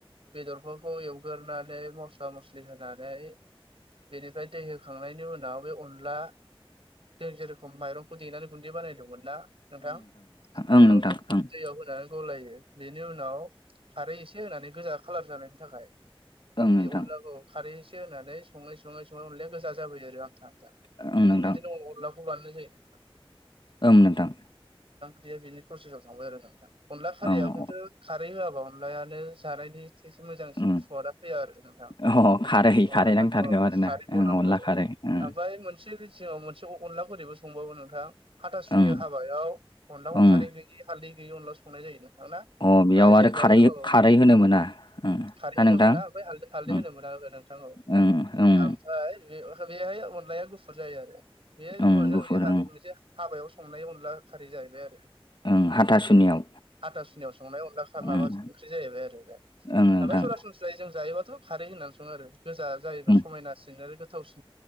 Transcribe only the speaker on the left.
ओं नोंथां
ओं
नोंथां
ओं ओं नोंथां ओं नोंथां
ओं नोंथां।
ओं
उम
अ खारै
खारै
नांथारगौ
आरोना
ओं
अनला खारै ओं
ओं
ओं
अ बेयाव
आरो खारै
खारै होनो मोना उम
ना
नोंथां
उम
ओं ओं
ओं
गुफुर
ओं
उम हाथा हाथासुनियाव
उम
ओं नोंथां
उम